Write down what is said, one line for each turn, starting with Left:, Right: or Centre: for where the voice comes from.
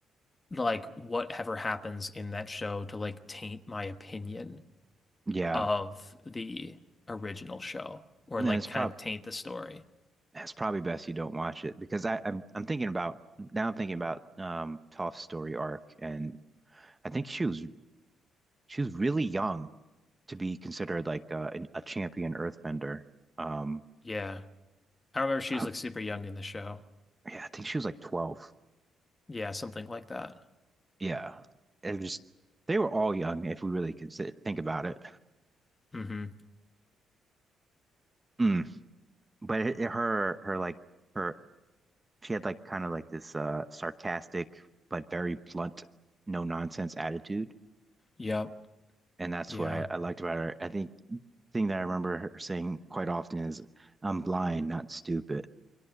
Left: like whatever happens in that show to like taint my opinion
Right: Yeah.
Left: of the original show or
Right: And
Left: like
Right: then it's
Left: kind
Right: prob
Left: of taint the story.
Right: it's probably best you don't watch it because I, I'm I'm thinking about now I'm thinking about um Toph's story arc and I think she was she was really young to be considered like uh, an, a champion earthbender. Um
Left: Yeah. I remember she
Right: <sighs>
Left: was
Right: uh,
Left: like super young in the show.
Right: yeah, I think she was like 12.
Left: Yeah, something like that.
Right: Yeah. It was just they were all young if we really consider, think about it.
Left: hmm
Right: Mm. But it, it- her her like her She had like kind of like this uh sarcastic but very blunt, no nonsense attitude.
Left: Yep.
Right: And that's
Left: Yeah.
Right: what I, I liked about her. I think the thing that I remember her saying quite often is, I'm blind, not stupid.